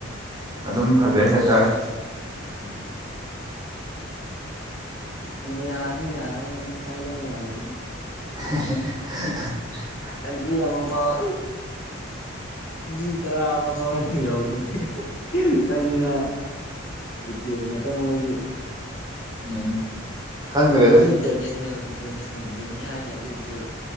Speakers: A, on the right; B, on the left.
A: ꯑꯗꯨꯝ ꯐꯖꯩ
B: ꯌꯥꯝ ꯆꯥꯏꯈꯤ
A: ꯍꯥꯏꯕ ꯇꯥꯔꯦ
B: ꯎꯝ ꯏꯟꯗꯤꯌꯥꯗꯤ ꯌꯥꯔꯔꯣꯏꯅ°ꯆꯪꯗꯧ ꯃꯥꯟꯗ꯭ꯔ°ꯅ°
A: <unintelligible>
B: ꯀꯟꯇ꯭ꯔꯤ ꯑꯃꯥꯐꯥꯎ ꯃꯤ ꯇꯔꯥꯃ ꯐꯥꯎ ꯌꯥꯎꯗꯦꯅꯦ ꯆꯪꯅꯤꯡꯉꯥꯏ ꯀꯔꯤꯀꯦꯠ ꯉꯥꯛꯇ ꯃꯣꯏꯗꯤ
A: ꯎꯝ ꯈꯪꯗ꯭ꯔꯦꯗ
B: ꯀ꯭ꯔꯤꯛꯀꯦꯠꯁꯨ ꯏꯟꯇꯔꯅꯦꯁꯅꯦꯜ ꯏꯟꯇꯔꯅꯦꯁꯅꯦꯜ ꯒꯦꯝꯅꯤ ꯍꯥꯏꯅꯤ ꯑꯗꯨ ꯑꯣꯏꯔꯁꯨ